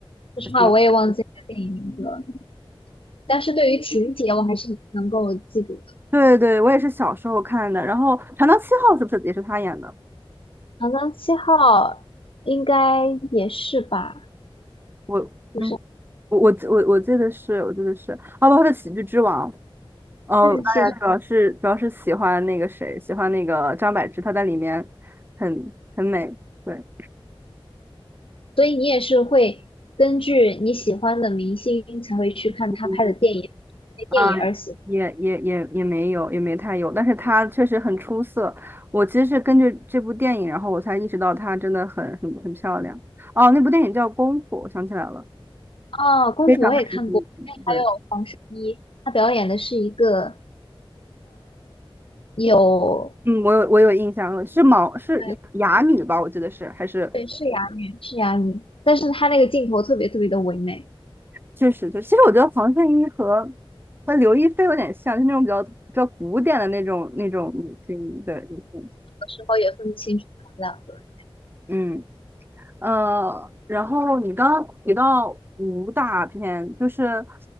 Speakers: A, on the left (about 70°); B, on the right (about 20°).
A: 说实话，
B: 什么？
A: 我也忘记这个电影名字了。但是对于情节，我还是能够记住的。
B: 对对，我也是小时候看的。然后《船到七号》是不是也是他演的？
A: 《长江七号》应该也是吧？
B: 我嗯，
A: 就是。
B: 我我我我记得是，我记得是，哦，包括他的《喜剧之王》。哦，
A: 嗯，
B: 当然主要是主要是喜欢那个谁，
A: 是
B: 喜欢那个张柏芝，她在里面很很美。对，
A: 所以你也是会根据你喜欢的明星才会去看他拍的电影，
B: 嗯
A: 因为电影而喜
B: 啊，也也也也没有，也没太有，但是她确实很出色。我其实是根据这部电影，然后我才意识到她真的很很很漂亮。哦，那部电影叫《功夫》，我想起来了，
A: 欢。哦，功夫我也看过，
B: 非常非常经典对。
A: 还有黄圣依，她表演的是一个有，
B: 嗯，我有我有印象了，是毛是哑哑女吧？
A: 对
B: 我记得是还是
A: 对，是哑女，是哑女，但是她那个镜头特别特别的唯美，有
B: 确实就，其实我觉得黄圣依和和刘亦菲有点像，就那种比较比较古典的那种那种女性的女性。
A: 时候也分不清楚他们两个人。
B: 嗯呃，然后你刚刚提到武打片，就是